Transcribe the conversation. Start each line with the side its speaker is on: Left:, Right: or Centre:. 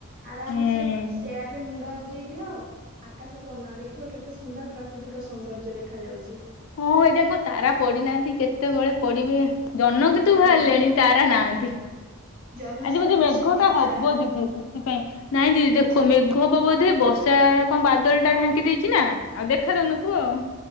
Right: ଆରାମ
Left: ହୁଁ
Right: ସେ ଚେୟାରରେ ମୁଣ୍ଡ ଆଉଜେଇ ଦିଅ ଆ କାଶକୁ ଅନାଅ ଦେଖିବ କେତେ ସୁନ୍ଦର ପ୍ରାକୃତିକ ସୌନ୍ଦର୍ଯ୍ୟ ଦେଖାଯାଉଚି।
Left: ହଁ ଏଯାଙ୍କୁ ତାରା ପଡିନାହାନ୍ତି କେତେବେଳେ ପଡିବେ ଜହ୍ନ କିନ୍ତୁ ବାହାଲେଣି।
Right: ନା
Left: ତାରା ନାହାଁନ୍ତି।
Right: ଜହ୍ନ
Left: ଆଜି
Right: ସାଙ୍ଗରେ
Left: ବୋଧେ ମେଘଟା
Right: ସନ୍ଧ୍ୟା
Left: ହବ
Right: ତାରା
Left: ଦିଦି ସେଥିପାଇଁ ନାଇଁ ଦିଦି ଦେଖ
Right: ଆଚ୍ଛା
Left: ମେଘ ଘ ହବ ବୋଧେ ବର୍ଷା କଣ ବାଦଲଟା ଢାଙ୍କି ଦେଇଚି ନା ଆଉ ଦେଖା ଦଉନଥିବ ଆଉ।